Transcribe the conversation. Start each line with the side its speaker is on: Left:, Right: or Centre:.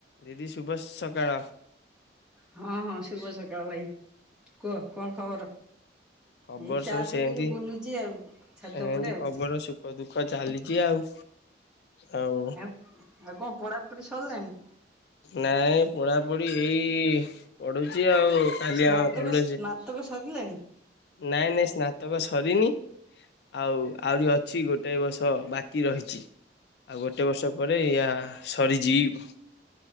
Left: ଦିଦି ଶୁଭ ସକାଳ
Centre: ହଁ ହଁ ଶୁଭ ସକାଳ ଭାଇ କୁହ କଣ ଖବର
Left: ଖବର
Centre: ଏଇ ଚା
Left: ସବୁ ସେମିତି
Centre: ପିକିନି ବୁଲୁଛି ଆଉ ଛାତ
Left: ଏମିତି
Centre: ଉପରେ ଆଉ।
Left: ଖବର ସୁଖ ଦୁଃଖ ଚାଲିଛି ଆଉ। ଆଉ
Centre: ଏ ଆ କଣ କୋଡ଼ାପି ସରିଲାଣି।
Left: ନାଇଁ ପଢାପଢି ଏଇ ପଢୁଛି। ଆଉ କାଲି
Centre: ସ୍ନାତକ
Left: ଆମ କଲେଜ
Centre: ସ୍ନାତକ ସରିଲାଣି।
Left: ନାଇଁ ନାଇଁ ସ୍ନାତକ ସରିନି। ଆଉ ଆହୁରି ଅଛି ଗୋଟେ ବର୍ଷ ବା କି ରହିଛି। ଆଉ ଗୋଟେ ବର୍ଷ ପରେ ୟା ସରିଯିବ।